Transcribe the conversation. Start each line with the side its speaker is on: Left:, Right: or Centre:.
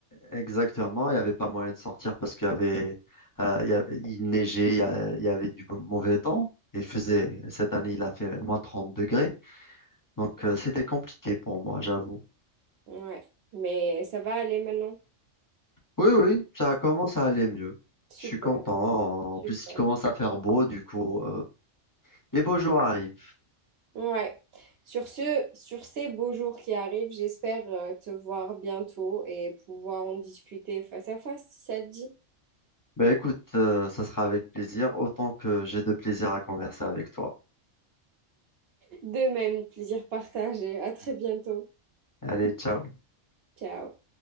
Left: Exactement, il n'y avait pas moyen de sortir parce qu'il y avait, euh, il y avait- il neigeait, il y a- il y avait du mauvais temps. Il faisait, cette année, il a fait moins 30 degrés. Donc, euh, c'était compliqué pour moi, j'avoue.
Right: Ouais, mais ça va aller maintenant.
Left: Oui, oui, ça commence à aller mieux.
Right: Super,
Left: Je suis content.
Right: super.
Left: En plus, il commence à faire beau, du coup, euh, les beaux jours arrivent.
Right: Ouais. Sur ce, sur ces beaux jours qui arrivent, j'espère euh, te voir bientôt et pouvoir en discuter face à face, si ça te dit.
Left: Ben écoute, euh, ça sera avec plaisir, autant que j'ai de plaisir à converser avec toi.
Right: De même, plaisir partagé. À très bientôt.
Left: Allez, ciao.
Right: Ciao.